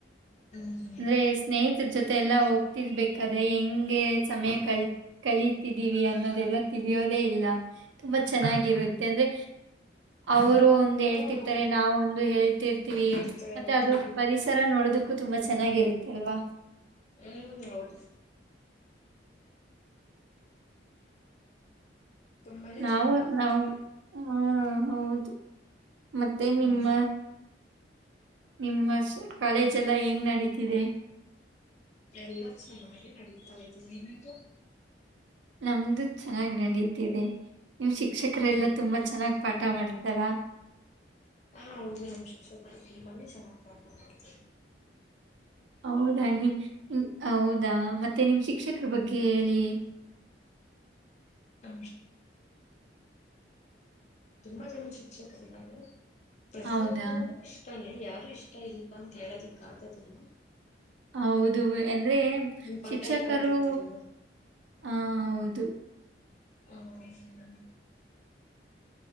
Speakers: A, on the left; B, on the right.
A: ಹ್ಮ್
B: ಅಂದ್ರೆ ಸ್ನೇಹಿತರ ಜೊತೆ ಎಲ್ಲಾ ಹೋಗ್ತಿರ್ಬೇಕಾದ್ರೆ ಹೆಂಗೆ ಸಮಯ ಕಳ ಕಳೀತಿದ್ದೀವಿ ಅನ್ನೋದೆಲ್ಲ ತಿಳಿಯೋದೇ ಇಲ್ಲ ತುಂಬಾ ಚೆನ್ನಾಗಿ ತ್ತ ಅಂದ್ರೆ ಅವರು ಒಂದು ಹೇಳ್ತಿರ್ತಾರೆ
A: ಹ್ಮ್
B: ನಾವು ಒಂದು ಹೇಳಿರ್ತೀವಿ
A: ಒಂದ್ ಹೇಳ್ತಾ
B: ಮತ್ತೆ
A: ಹೋಗ್ತೀವಿ
B: ಅದು ಪರಿಸರ ನೋಡದ ಕು ತುಂಬಾ ಚನ್ನಾಗಿ ಚೆನ್ನಾಗಿರುತ್ತೆ ಅಲ್ವಾ
A: ಹ್ಮ್ ಹೌದು ತುಂಬಾನೇ
B: ನಾವು
A: ಚೆನ್ನಾಗಿರುತ್ತೆ
B: ನಾವು ಹಾ, ಹೌದು ಮತ್ತೆ ನಿಮ್ಮ
A: ಹ್ಮ್
B: ನಿಮ್ಮ ಕಾಲೇಜೆಲ್ಲ ಹೆಂಗ್ ನೆಡೀತಿದೆ
A: ಎಲ್ಲ ಚೆನ್ನಾಗಿ ನಡೀತಾ ಇದೇ ನಿಮ್ದು
B: ನಮ್ದು ಚೆನ್ನಾಗ್ ನಡೀತಿದೆ ನಿನ್ ಶಿಕ್ಷಕರೆ
A: ಹ್ಮ್
B: ಎಲ್ಲ
A: ಹ್ಮ್
B: ತುಂಬಾ
A: ಹ್ಮ್
B: ಚೆನ್ನಾಗ್ ಪಾಠ ಮಾಡ್ತಾರೆ ತರಾ
A: ಹಾ ಹೌದು ನಮ್ ಶಿಕ್ಷಕರು ತುಂಬಾನೇ ಚೆನ್ನಾಗ ಪಾಠ ಮಾಡ್ತಾರೆ
B: ಹೌದಾ ನಿ ಹೌದಾ ಮತ್ತೆ ನಿಮ್ ಶಿಕ್ಷಕ ಅವ್ರ ಬಗ್ಗೆ ಹೇಳಿ
A: ಹ ತುಂಬಾ ಜನ ಶಿಕ್ಷಕರಿದ್ದಾರೆ ಪ್ರತಿಯೊಬ್ಬರುೂ
B: ಹೌದಾ
A: ಇಷ್ಟಾನೆ ಯಾ ಇಷ್ಟ ಇಲ್ಲ ಅಂತ ಹೇಳೋದಿಕ್ ಆಗದಿಲ್ಲ
B: ಹೌದು ಎಂದ್ರೆ
A: ಪಾಠ
B: ಶಿಕ್ಷಕರು
A: ಹೇಳ್ಕೊಟ್ಟಿರ್ತಾರಲ್ಲ
B: ಹೌದು ತ್ತು
A: ಹ್ಮ ಮ